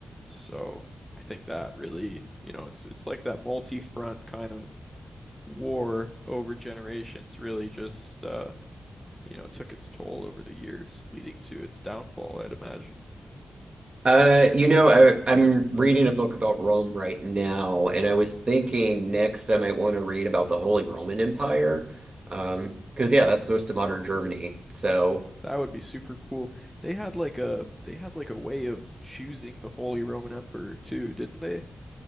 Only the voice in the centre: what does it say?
So I think that really, you know, it's it's like that multi-front kind of war over generations really just uh, you know, took its toll over the years, leading to its downfall, I'd imagine.
That would be super cool. They had like a they had like a way of choosing the Holy Roman Emperor too, didn't they?